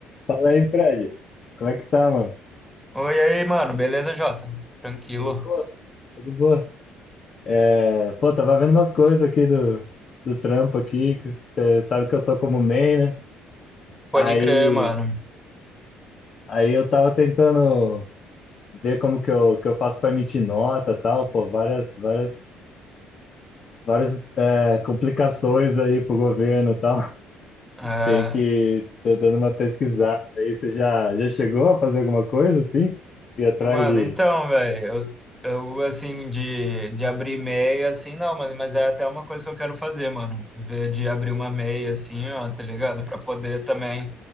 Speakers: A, on the left; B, in the centre.
A: Fala aí, Fred. Como é que tá, mano?
B: Oi, aí, mano. Beleza, Jota? Tranquilo.
A: Tudo boa, tudo boa. É, pô, tava vendo umas coisas aqui do, do trampo aqui, que você sabe que eu tô como main, né?
B: Pode
A: Aí,
B: crer, mano.
A: aí eu tava tentando ver como que eu, que eu faço pra emitir nota e tal, pô, várias, várias, várias é, complicações aí pro governo e tal. <laughs>
B: Ah,
A: Tem que, tô dando uma pesquisada aí. Você já, já chegou a fazer alguma coisa assim? Ir atrás
B: mano,
A: de
B: então, velho, eu, eu, assim, de, de abrir meia, assim, não, mano, mas é até uma coisa que eu quero fazer, mano. Ver de abrir uma meia, assim, ó, tá ligado? Pra poder também